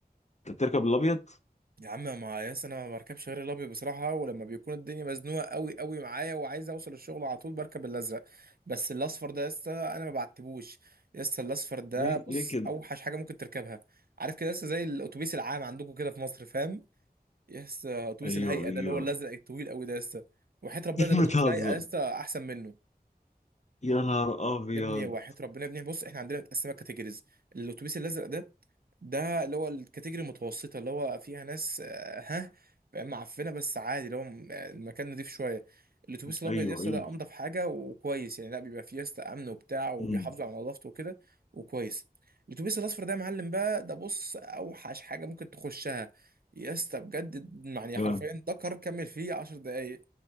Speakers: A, on the left; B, on the right.
A: انت بتركب الابيض
B: يا عم ما ياس انا ما بركبش غير الابيض بصراحه ولما بيكون الدنيا مزنوقه قوي قوي معايا وعايز اوصل الشغل على طول بركب الازرق بس الاصفر ده يس انا ما بعتبوش يس الاصفر ده
A: ليه
B: بص
A: ليه كده
B: اوحش حاجه ممكن تركبها عارف كده يس زي الاتوبيس العام عندكم كده في مصر فاهم يس اتوبيس
A: ايوه
B: الهيئه
A: ايوه
B: ده اللي هو الازرق الطويل قوي ده يس وحياه ربنا
A: <laughs>
B: ده الاتوبيس
A: بتهزر
B: الهيئه يس احسن منه
A: يا نهار ابيض
B: يا ابني وحياه ربنا يا ابني بص احنا عندنا متقسمه كاتيجوريز الاتوبيس الازرق ده ده اللي هو الكاتيجوري المتوسطة اللي هو فيها ناس آه، ها فاهم، معفنة بس عادي اللي هو م- آه، المكان نضيف شوية الأتوبيس الأبيض
A: ايوه
B: يسطا
A: ايوه
B: ده أنضف حاجة وكويس يعني لا بيبقى فيه يسطا أمن وبتاع وبيحافظوا
A: امم
B: على نظافته وكده وكويس الأتوبيس الأصفر ده يا معلم بقى ده بص أوحش حاجة ممكن تخشها يسطا بجد يعني
A: لا
B: حرفيا ده قرار كمل فيه 10 دقايق